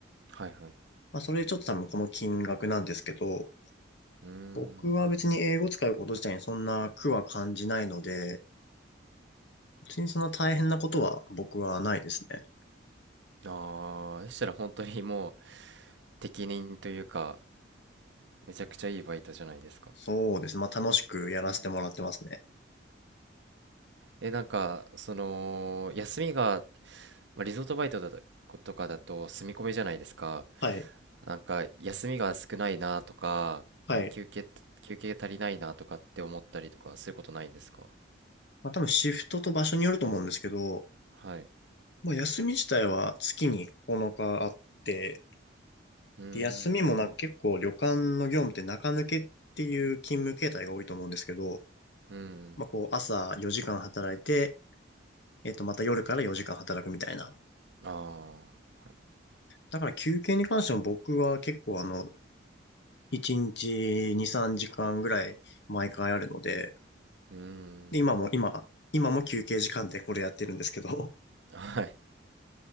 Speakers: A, on the right; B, on the left.
A: はいはい。
B: まあそれでちょっと多分この金額なんですけど、
A: うーん。
B: 僕は別に英語を使うこと自体にそんな苦は感じないので、別にそんな大変なことは僕はないですね。
A: ああ、そしたら本当にもう、適任というか、めちゃくちゃいいバイトじゃないですか。
B: そうですね。まあ楽しくやらせてもらってますね。
A: え、なんか、その、休みが、まあ、リゾートバイトだと、とかだと住み込みじゃないですか。
B: はい。
A: なんか、休みが少ないなとか、
B: はい。
A: 休憩、休憩足りないなとかって思ったりとか、そういうことないんですか
B: まあ多分シフトと場所によると思うんですけど、
A: はい。
B: まあ休み自体は月に9日あって、
A: うーん、
B: で休みもなんか結構旅館の業務って中抜けっていう勤務形態が多いと思うんですけど、
A: うん、
B: まあこう朝4時間働いて、えっとまた夜から4時間働くみたいな。
A: ああ、はい。
B: だから休憩に関しても僕は結構あの、1日2、3時間ぐらい毎回あるので、
A: うーん、
B: で、今も、今、今も休憩時間でこれやってるんですけど、
A: はい。